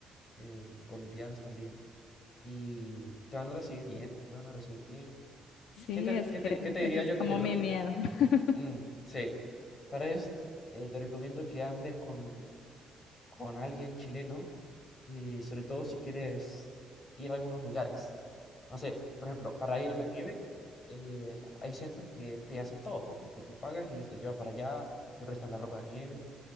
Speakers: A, on the left; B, on the left.
A: em, colombianos también, y te van a recibir bien, te van a recibir bien.
B: Sí,
A: ¿Qué te,
B: es
A: qué
B: que
A: te, qué te
B: ese
A: diría
B: es
A: yo
B: como
A: que te, pre-
B: mi miedo. <laughs>
A: Mm, sí. Para esto, te recomiendo que andes con, con alguien chileno y sobre todo si quieres ir a algunos lugares. No sé, por ejemplo, para ir a la nieve, eh, hay centros que te hacen todo, po, como que tú pagas y ellos te llevan para allá, te prestan la ropa de nieve.